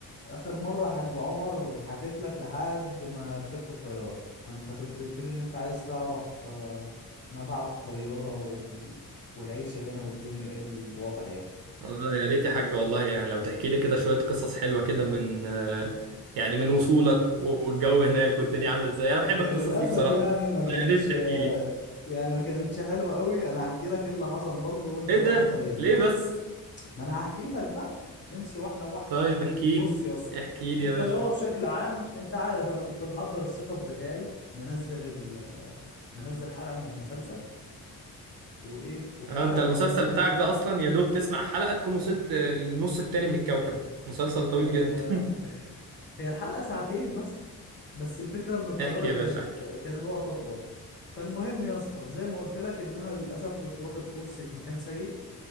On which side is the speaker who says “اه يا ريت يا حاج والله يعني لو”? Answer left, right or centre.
Right